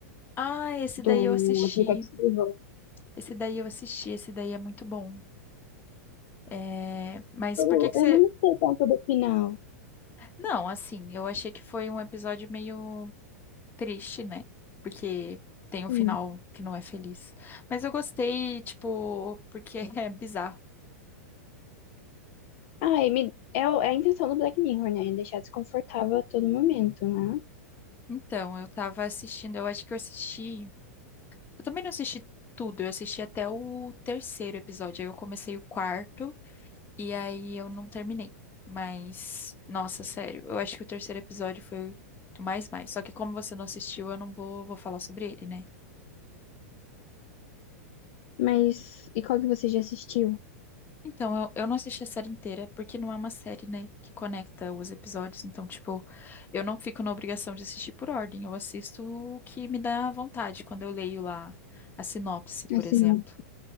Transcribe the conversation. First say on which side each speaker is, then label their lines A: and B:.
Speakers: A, on the left; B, on the left.
A: Ah, esse daí
B: do
A: eu assisti.
B: aplicativo.
A: Esse daí eu assisti. Esse daí é muito bom. É, Mas
B: Eu,
A: por que que
B: eu
A: você.
B: não gostei tanto do final.
A: Não, assim, eu achei que foi um episódio meio. triste, né? Porque tem um
B: Hum.
A: final que não é feliz. Mas eu gostei, tipo, porque <laughs> é bizarro.
B: Ah, e me, é, o- é a intenção do Black Mirror, né? Deixar desconfortável a todo momento, né?
A: Então, eu tava assistindo, eu acho que eu assisti. Eu também não assisti tudo, eu assisti até o terceiro episódio. Aí eu comecei o quarto e aí eu não terminei. Mas, nossa, sério, eu acho que o terceiro episódio foi o mais mais. Só que como você não assistiu, eu não vou, vou falar sobre ele, né?
B: Mas, e qual que você já assistiu?
A: Então, eu, eu não assisti a série inteira, porque não é uma série, né, que conecta os episódios. Então, tipo, eu não fico na obrigação de assistir por ordem. Eu assisto o que me dá vontade quando eu leio lá a sinopse, por
B: Assim,
A: exemplo.
B: não.